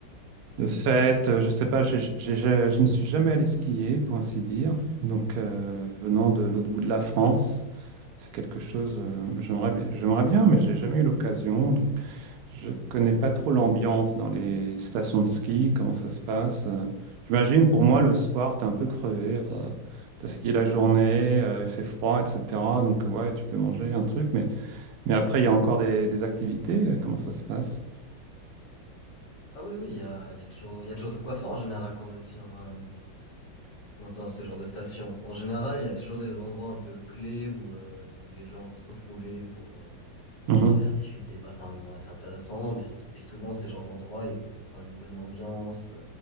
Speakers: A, on the right (about 75°); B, on the left (about 75°).
A: de fêtes. euh, Je sais pas, j'ai- j'ai- j'ai- je ne suis jamais allé skier, pour ainsi dire. Donc euh, venant de l'autre bout de la France, c'est quelque chose. euh, j'aimerais bien, j'aimerais bien, mais j'ai jamais eu l'occasion. Donc Je connais pas trop l'ambiance dans les stations de ski, comment
B: <laughs>
A: ça se passe. euh. J'imagine pour moi le soir, t'es un peu crevé, euh, t'as skié la journée, euh, il fait froid, etc. Donc euh, ouais, tu peux manger un truc, mais, mais après il y a encore des, des activités, euh, comment ça se passe?
B: Ah oui, oui, il y a, il y a toujours, il y a toujours de quoi faire en général quand on est sur, euh, dans, dans ce genre de station. En général, il y a toujours des endroits un peu clés où euh, les gens vont se retrouver pour euh,
A: Mhm.
B: boire un verre, discuter, passer un moment assez intéressant. Mais c'est- puis souvent, ces genres d'endroits, ils ont quand même une bonne ambiance.